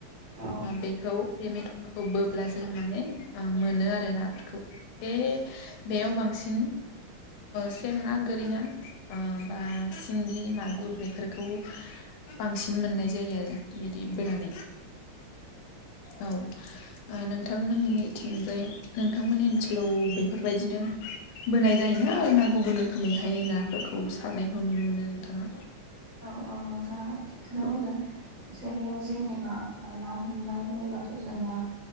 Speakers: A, on the right; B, on the left.
A: औ
B: बेखौ बे मेथ'खौ बोब्ला जोङो माने मोनो आरो नाफोरखौ बे बेयाव बांसिन
A: <inaudible>
B: सें ना गोरि ना बा सिंगि मागुर बेफोरखौ बांसिन मोननाय जायो आरो बिदि बिब्दि बोनानै औ नोंथांमोननि थिंजाय नोंथांमोननि ओनसोलाव बेफोरबायदिनो बोनाय जायोना ना गुबुन रोखोमै बेहाय नाफोरखौ सारनायखौ नुनो मोनो नोंथाङा
A: औ औ नोंथाङा थिगखौनो बुंदों जेरैहाय जोंनिया ना हमनाय होननानै बुंनाय जायो जाहाथे जोंना